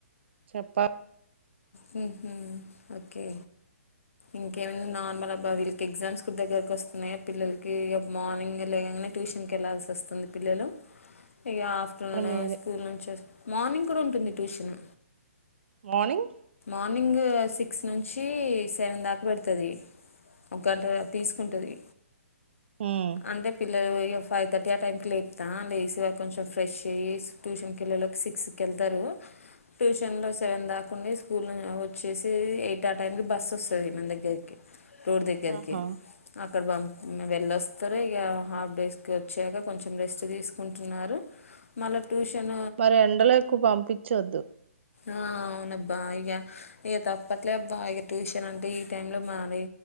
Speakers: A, on the right; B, on the left.
A: చెప్పా
B: హ్మ్ హు ఓకే ఇంకేమ నార్మల్ అబ్బా వీళ్ళకి ఎగ్జామ్స్ గు దగ్గరకు వస్తున్నాయా పిల్లలకి మార్నింగ్ లేగానే ట్యూషన్కి వెళ్ళల్సి వస్తుంది పిల్లలు ఇగ ఆఫ్టర్నూన్
A: మీరే
B: స్కూల్ నుంచి మార్నింగ్ కూడా ఉంటుంది ట్యూషన్
A: మానింగ్
B: మార్నింగ్ సిక్స్ నుంచి సెవెన్ దాకా పెడతాది ఒక గంట తీసుకుంటది
A: మ్మ్
B: అంటే పిల్లలు ఇగ ఫైవ్ తర్టీ ఆ టైంకి లేపుతా లేసి వా కొంచెం ఫ్రెష్ అయ్యి ట్యూషన్కి వెళ్ళలోకి సిక్స్కి వెళ్తారు ట్యూషన్లో సెవెన్ దాకుండి స్కూల్ న్ వచ్చేసి ఎయిట్ ఆ టైంకి బస్ వస్తది మన దగ్గరికి రోడ్ దగ్గరకి
A: ఆహా
B: అక్కడ పంపు వెళ్ళొ సరే ఇగ హాఫ్ డేస్ కి వచ్చాక కొంచెం రెస్ట్ తీసుకుంటున్నారు, మళ్ళ ట్యూషన్
A: మరి ఎండలో ఎక్కువ పంపించొద్దు
B: ఆ అవునబ్బా ఇక ఇక తప్పట్లే అబ్బా ఇక ట్యూషన్ అంటే ఈ టై లో మరి